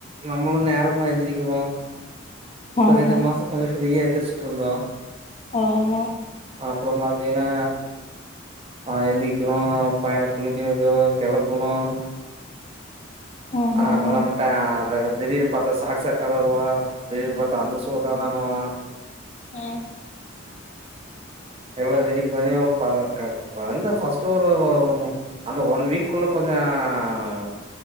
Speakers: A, on the right; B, on the left.
A: நம்மளு நேரமா எந்திரக்கணு இப்ப
B: ஆமா
A: ரெண்டு மாசோ கொஞ்சம் ஃப்ரீயா கொஞ்ச எந்தி கஸ்டந்தா
B: ஆமா
A: அப்புற பாத்தீங்கன்னா ஹ எந்திரிக்கணு பையண குளிக்க வக்குனு கெளப்பனும்
B: ஆஹா
A: <unintelligible>
B: ஹா
A: திடீர்னு பாத்தா சாக்ச <unintelligible> திடீர்னு பாத்தா அந்த சூவ காணொன்னுவான்
B: உம்
A: எல்லா ரெடி பண்ணி அவர் <unintelligible> பண்ண ஃபர்ஸ்ட்டு ஒரு ஒரு அந்த ஒன் வீக்குள்ள கொஞ்சோ ஹ